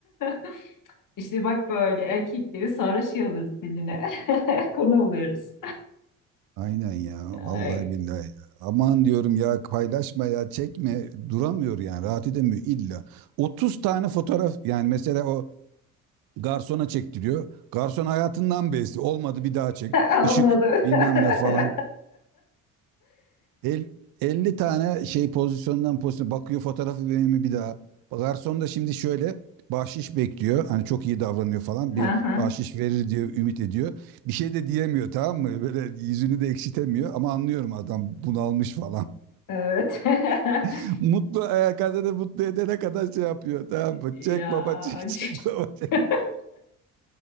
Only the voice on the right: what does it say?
Aynen ya vallahi
billahi ya. Aman diyorum ya paylaşma ya çekme duramıyor yani rahat edemiyor illa. 30 tane fotoğraf yani mesela o Garsona çektiriyor. Garson hayatından bezdi. Olmadı bir daha çek.
Işık bilmem ne falan.
El, 50 tane şey pozisyondan pozisyona bakıyor fotoğrafı vereyim mi bir
daha. Garson da şimdi şöyle bahşiş bekliyor. Hani çok iyi davranıyor falan.
Bir bahşiş verir diye ümit ediyor. Bir şey de diyemiyor tamam mı? Böyle yüzünü de ekşitemiyor ama anlıyorum adam bunalmış falan.
<laughs> Mutlu kadını mutlu edene kadar şey yapıyor tamam mı?
Çek baba çek çek
baba çek.